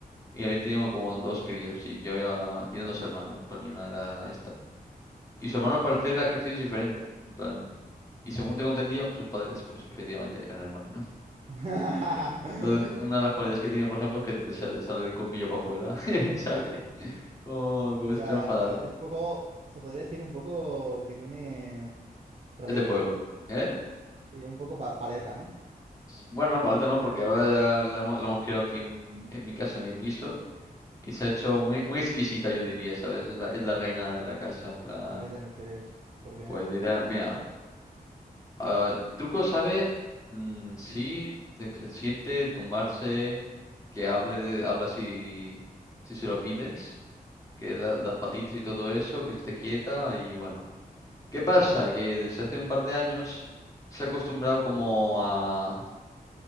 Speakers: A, on the left (about 20°); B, on the right (about 40°).
A: Y habían tenido como dos crías, o sí, yo había, y eran dos hermanos, en plan, y una era esta. Y su hermano al parecer ha crecido diferente, en plan, y según tengo entendido, sus padres, pues, efectivamente, eran hermanos.
B: <laughs>
A: Entonces, una de las cualidades que tiene, por ejemplo, es que le sale, sale el colmillo para afuera, <laughs> ¿sabes? Como, como
B: O
A: si
B: sea,
A: estuviera enfadada.
B: pare- es poco, se podría decir un poco que tiene rilla,
A: Es de pueblo,
B: ¿no?
A: ¿eh?
B: Y un poco pa- paleta, ¿no?
A: Bueno, paleta no, porque ahora la, la hemos la hemos criado aquí en, en mi casa, en mi piso, y se ha hecho muy, muy exquisita, yo diría, ¿sabes? Es la, es la reina de la casa, en plan,
B: ¿A qué te refieres? ¿Por qué?
A: pues literal, mira, ah, truco sabe, mm, sí, de que se siente, tumbarse, que hable, de- habla si, si se lo pides, que la- las patitas y todo eso, que se esté quieta, y bueno. ¿Qué pasa? Que desde hace un par de años se ha acostumbrado como a,